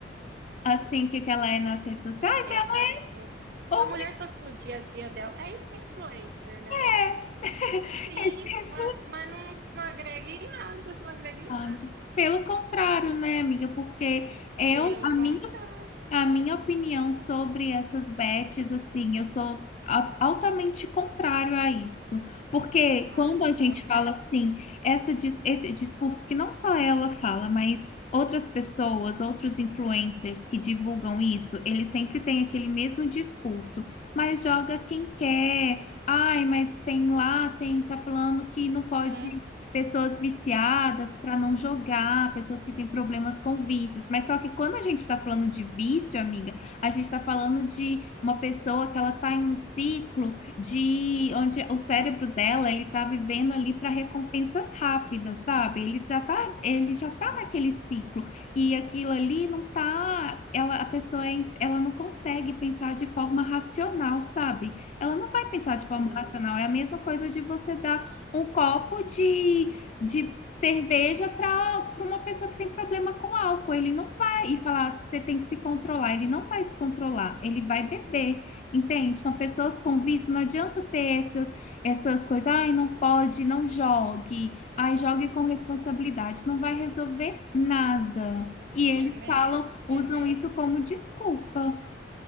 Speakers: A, on the left; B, on the right.
A: assim, o que que ela é nas redes sociais,
B: é,
A: ela
B: sabe? Tipo,
A: é uma
B: a
A: boa
B: mulher só fala do dia a dia dela. É isso que é influencer, né?
A: mulher. <laughs>
B: Sim,
A: Esse é
B: mas, mas não, não agrega em nada, não agrega em
A: influenciado.
B: nada.
A: Pelo contrário, né, amiga? Porque eu,
B: Pelo
A: a
B: contrário.
A: minha A minha opinião sobre essas bets, assim, eu sou a- altamente contrário a isso, porque
B: Ah,
A: quando
B: eu
A: a gente
B: também.
A: fala assim, essa, dis- esse discurso que não só ela fala, mas outras pessoas, outros influencers que divulgam isso, eles sempre têm aquele mesmo discurso, mas joga quem quer. Ai, mas tem lá, tem, tá falando que não pode
B: Hum,
A: pessoas viciadas para não jogar, pessoas que têm problemas com vícios. Mas só que quando a gente está falando de vício, amiga, a gente está falando de uma pessoa que ela está em um ciclo de onde o cérebro dela ele está vivendo ali para recompensas rápidas, sabe? Ele já tá, ele já tá
B: uhum.
A: naquele ciclo e aquilo ali não tá, ela, a pessoa é in- ela não consegue pensar de forma racional, sabe? Ela não vai pensar de forma
B: Isso.
A: racional. É a mesma coisa de você dar um copo de, de cerveja para uma pessoa que tem problema com álcool. Ele não vai e falar, você tem que se controlar. Ele não vai se controlar, ele vai beber, entende? Então, pessoas com vício, não adianta ter essas, essas coisas, ai, não pode, não jogue, ai, jogue com responsabilidade. Não vai resolver nada. E
B: É
A: eles
B: mesmo,
A: falam, usam
B: é mesmo.
A: isso como desculpa.